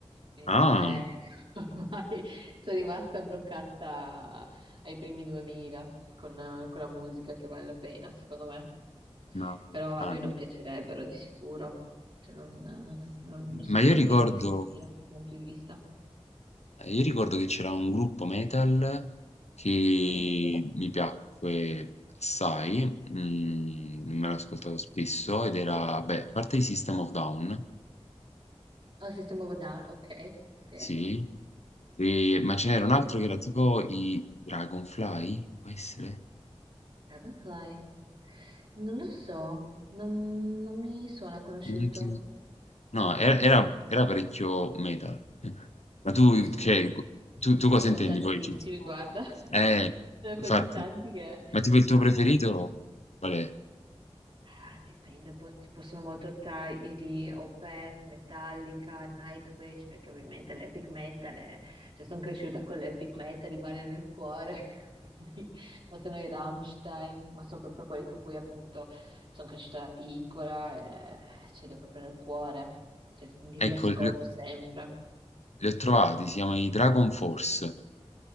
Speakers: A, on the right; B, on the left.
A: quindi
B: Ah,
A: per me <laughs> ormai sono rimasta bloccata ai primi 2000 con, eh, con la musica che vale la pena, secondo me.
B: ma
A: Però
B: ah.
A: a lui non piacerebbero di sicuro, cioè non, eh, non- non siamo
B: Ma io
A: per
B: ricordo,
A: niente simili da quel punto di vista.
B: io ricordo che c'era un gruppo metal che
A: Mm?
B: mi piacque assai, mm, me l'ho ascoltato spesso ed era, beh, a parte i System of Down,
A: Ah, System of a Down, ok, sì.
B: sì, e- ma ce n'era
A: Ok.
B: un altro che era tipo i Dragonfly, può essere?
A: Dragonfly? Non lo so, non, non mi suona conosciuto.
B: Non ti- No, era era
A: Dragonfly.
B: era parecchio metal. Ma tu
A: Sì, sì,
B: cioè, tu tu cosa
A: ci sono
B: intendi
A: tantissimi,
B: poi? Cioè
A: guarda. <laughs>
B: eh,
A: Sono
B: infatti.
A: così tanti che...
B: Ma tipo il tuo
A: no,
B: preferito
A: eh,
B: qual è?
A: Ah, dipende, po- ci possono molto tra i gli Opeth, Metallica, Nightwish, perché ovviamente l'epic metal è- cioè sono cresciuta con l'epic metal, rimane nel cuore, <laughs> quindi, o sono i Rammstein, ma sono proprio quelli con cui appunto sono cresciuta da piccola e ce li ho proprio nel cuore, cioè, li
B: Ecco,
A: riascolto
B: li ho
A: sempre.
B: li ho trovati, si chiama i Dragon Force.